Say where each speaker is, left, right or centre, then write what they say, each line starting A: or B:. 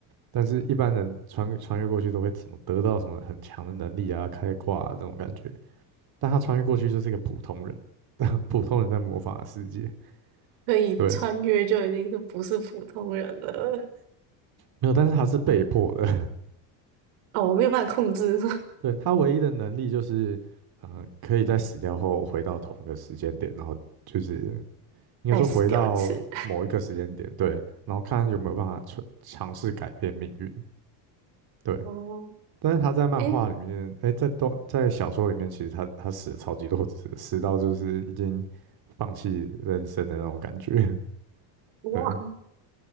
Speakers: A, on the right; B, on the right.
A: 但是，一般人穿穿越过去都会什么得到什么很强的能力啊、开挂啊这种感觉，但他穿越过去就是一个普通人，<laughs> 普通人在魔法的世界，
B: 可以穿越就已经是不是普通人了。
A: 对，没有，但是他是被迫的。
B: 哦，我没有办法控制，
A: <laughs> 对，他唯一的能力就是，呃，可以在死掉后回到同一个时间点，然后就是
B: <laughs>
A: 应该说回到某一个时间点，
B: 再死掉一次。
A: 对，然后看有没有办法尝尝试改变命运，对。
B: 哦，
A: 但是他在漫画里面，
B: 诶，
A: 哎，在动在小说里面，其实他他死了超级多次，死到就是已经放弃人生的那种感觉。<laughs>
B: 哇，
A: 对，